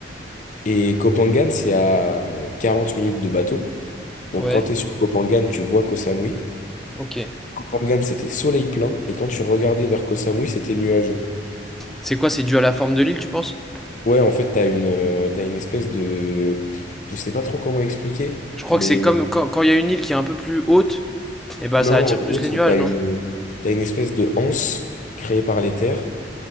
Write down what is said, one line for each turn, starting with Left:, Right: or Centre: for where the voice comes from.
Left: Et Koh Phangan, c'est à euh, 40 minutes de bateau. Donc
Centre: ouais,
Left: quand tu es sur Koh Phangan, tu vois Koh Samui.
Centre: ok.
Left: Kopangan, c'était soleil plein, et quand tu regardais vers Koh Samui, c'était nuageux.
Centre: C'est quoi, c'est dû à la forme de l'île, tu penses?
Left: Ouais, en fait, t'as une, euh, t'as une espèce de... Je sais pas trop comment expliquer,
Centre: Je crois
Left: mais
Centre: que c'est comme quand quand il y a une île qui est un peu plus haute, et bah
Left: non,
Centre: ça attire
Left: en gros,
Centre: plus
Left: c'est
Centre: les nuages,
Left: t'as une,
Centre: non?
Left: t'as une espèce de anse créée par les terres.